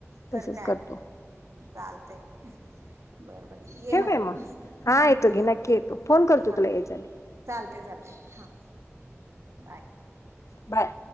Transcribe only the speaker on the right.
तर
काय?
चालतयं बरं बर ये
मग
हा
हा
हा
चालतयं चालतयं हा बाय